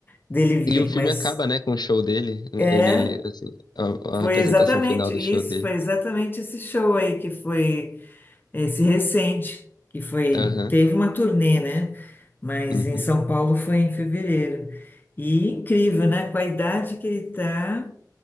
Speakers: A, on the left; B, on the left.
A: dele vir,
B: E o filme
A: mas
B: acaba, né, com o show dele,
A: é,
B: ele, assim, a,
A: foi
B: a representação
A: exatamente
B: final do
A: isso,
B: show dele,
A: foi exatamente esse show aí que foi esse recente, que foi,
B: aham,
A: teve uma turnê, né? Mas
B: uhum.
A: em São Paulo foi em fevereiro. E incrível, né? Com a idade que ele tá,